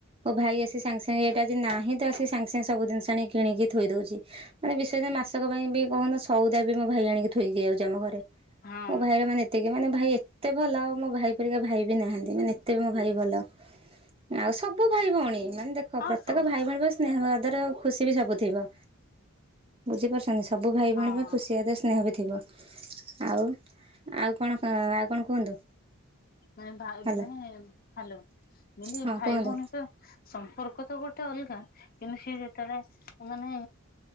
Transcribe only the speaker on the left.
ହଁ
ହଁ
ସବୁ
ହଁ
ମାନେ ଭାଇ
ଭଉଣୀ ହ୍ୟାଲୋ ମୁଁ କହିଲି
ଭାଇ
ଭଉଣୀ ତ। ସମ୍ପର୍କ ତ ଗୋଟେ ଅଲଗା କିନ୍ତୁ ସିଏ ଯେତେବେଳେ ମାନେ